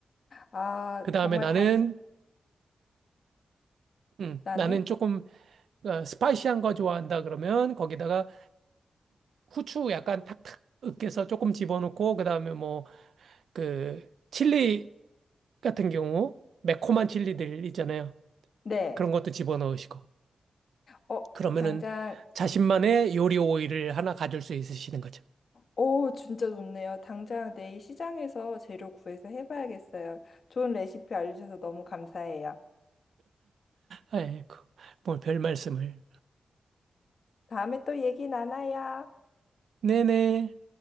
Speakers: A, on the left (about 50°); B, on the right (about 90°).
A: 아,
B: 그다음에
A: 정말
B: 나는
A: 당,
B: 음,
A: 나는?
B: 나는 조금 어, 스파이시한 거 좋아한다 그러면 거기다가 후추 약간 탁탁 으깨서 조금 집어넣고 그다음에 뭐 그 칠리 같은 경우 매콤한 칠리들 있잖아요.
A: 네.
B: 그런 것도 집어넣으시고
A: 어,
B: 그러면은
A: 당장,
B: 자신만의 요리 오일을 하나 가질 수 있으시는 거죠.
A: 오, 진짜 좋네요. 당장 내일 시장에서 재료 구해서 해봐야겠어요. 좋은 레시피 알려주셔서 너무 감사해요.
B: 아이고 뭐 별 말씀을.
A: 다음에 또 얘기 나눠요.
B: 네네.